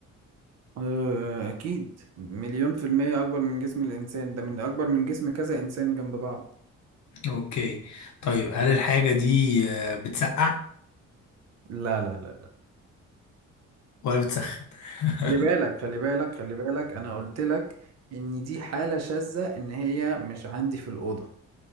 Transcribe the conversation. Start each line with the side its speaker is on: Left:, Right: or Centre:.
Right: آه أكيد مليون في المية أكبر من جسم الإنسان ده من أكبر من جسم كذا إنسان جنب بعض
Left: اوكي طيب هل الحاجة دي آه، بتسقع
Right: لا لا لا لا
Left: ولا بتسخن؟ <laughs>
Right: خلي بالك خلي بالك خلي بالك انا قلت لك ان دي حالة شاذة ان هي مش عندي في الأوضة